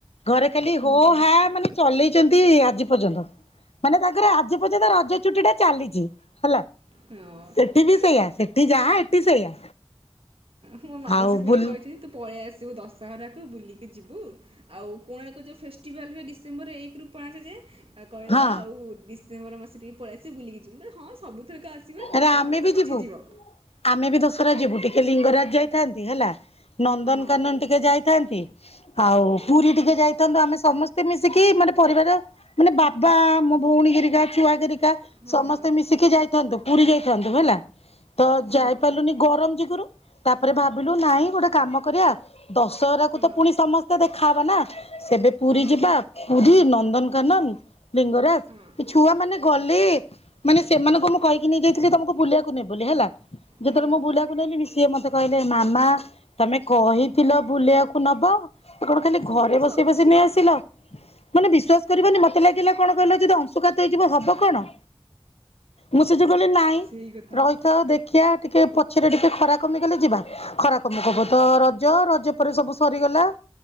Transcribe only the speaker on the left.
ଘରେ ଖାଲି
ହୋ ହା ମାନେ ଚଲେଇଛନ୍ତି ଆଜି ପର୍ଯ୍ୟନ୍ତ। ମାନେ ତାଙ୍କର ଆଜି ପର୍ଯ୍ୟନ୍ତ ରଜ ଛୁଟି ଟା ଚାଲିଛି ହେଲା।
ସେଠି ବି ସେଇଆ ସେଠି ଯାହା ଏଠି ସେଇଆ।
ଆଉ
ବୁଲ
ହଁ
ଆରେ
ଆମେ
ବି
ଯିବୁ
ଆମେ ବି ଦଶହରା ଯିବୁ ଟିକେ ଲିଙ୍ଗରାଜ ଯାଇଥାନ୍ତି ହେଲା ନନ୍ଦନକାନନ
ଟିକେ ଯାଇଥାନ୍ତି। ଆଉ
ପୁରୀ ଟିକେ ଯାଇଥାନ୍ତୁ ଆମେ ସମସ୍ତେ ମିଶିକି ମାନେ ପରିବାର ମାନେ ବାବା, ମୋ ଭଉଣୀ ହେରିକା ଛୁଆହେରିକା।
ସମସ୍ତେ ମିଶିକି ଯାଇଥାନ୍ତୁ ପୁରୀ ଯାଇଥାନ୍ତୁ ହେଲା। ତ
ଯାଇପାରିଲୁନି ଗରମ ଯୋଗୁରୁ ତ ତାପରେ ଭାବିଲୁ ନାଇଁ ଗୋଟେ କାମ କରିବା ଦଶହରା କୁ
ତ ପୁଣି ସମସ୍ତେ ଦେଖାହବା ନା ସେବେ ପୁରୀ
ଯିବା ପୁରୀ ନନ୍ଦନକାନନ ଲିଙ୍ଗରାଜ
ଏ ଛୁଆ ମାନେ ଗଲେ। ମାନେ ସେମାନଙ୍କୁ ମୁଁ କହିକି ନେଇ ଯାଇଥିଲି ତମକୁ ମୁଁ ବୁଲେଇ ବାକୁ ନେବି ବୋଲି ହେଲା। ଯେତେବେଳେ
ମୁଁ ବୁଲେଇ ବାକୁ ନେଲିନିସ ସିଏ ମତେ କହିଲେ ମାମା। ତମେ କହିଥିଲ ବୁଲେଇ ବାକୁ ନବ ଏ କଣ ଖାଲି
ଘରେ ବସେଇ
ବସେଇ
ନେଇ ଆସିଲ। ମାନେ ବିଶ୍ୱାସ କରିବନି ମତେ ଲାଗିଲା କଣ କହିଲ ଯଦି ଅଂଶୁଘାତ ହେଇଯିବ ହବ କଣ। ମୁଁ ସେ ଯୋଗୁ କହିଲି ନାଇଁ
ରହିଥାଅ ଦେଖିବା ଟିକେ ପଛରେ ଟିକେ ଖରା କମିଗଲେ ଯିବା। ଖରା କମୁ କମୁ
ତ ରଜ ରଜ ପରେ ସବୁ ସରିଗଲା।